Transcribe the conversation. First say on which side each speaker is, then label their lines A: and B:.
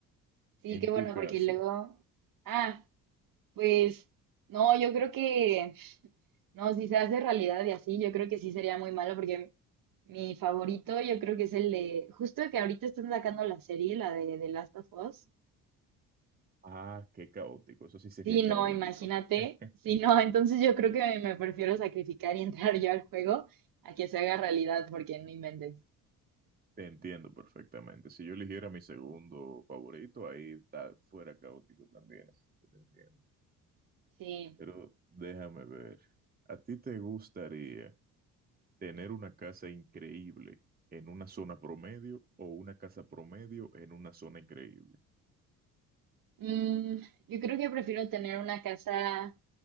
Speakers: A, on the right; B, on the right.
A: Sí,
B: En
A: qué bueno,
B: tu
A: porque
B: caso,
A: luego... Ah, pues no, yo creo que... No, si se hace realidad y así, yo creo que sí sería muy malo porque mi favorito yo creo que es el de... Justo que ahorita están sacando la serie, la de The Last of Us.
B: ah, qué caótico, eso sí sería
A: Sí,
B: caótico.
A: no, imagínate.
B: <laughs>
A: Sí, no, entonces yo creo que me prefiero sacrificar y entrar yo al juego a que se haga realidad, porque no inventes.
B: Te entiendo perfectamente. Si yo eligiera mi segundo favorito, ahí ta- fuera caótico también, así que te entiendo.
A: Sí.
B: Pero déjame ver. ¿A ti te gustaría? Tener una casa increíble en una zona promedio o una casa promedio en una zona increíble.
A: Mm, yo creo que prefiero tener una casa